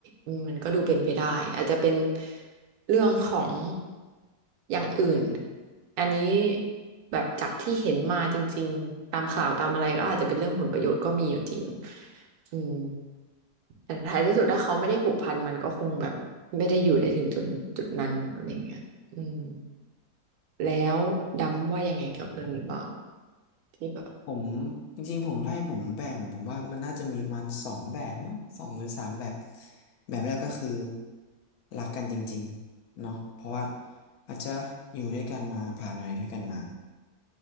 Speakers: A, on the right; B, on the left.
A: อืมมันก็ดูเป็นไปได้อาจจะเป็นเรื่องของอย่างอื่นอันนี้แบบจากที่เห็นมาจริงๆตามข่าวตามอะไรก็อาจจะเป็นเรื่องผลประโยชน์ก็มีอยู่จริงอืมแต่ท้ายที่สุดถ้าเขาไม่ได้ผูกพันมันก็คงแบบไม่ได้อยู่ได้ถึงจุดจุดนั้นอะไรเงี้ยอืมแล้วดำว่ายังไงกับเรื่องนี้บ้างที่แบบ
B: ผมจริงๆผมถ้าให้ผมแบ่งผมว่ามันน่าจะมีประมาณสองแบบมั้งสองหรือสามแบบแบบแรกก็คือรักกันจริงๆเนาะเพราะว่าอาจจะอยู่ด้วยกันมาผ่านอะไรด้วยกันมา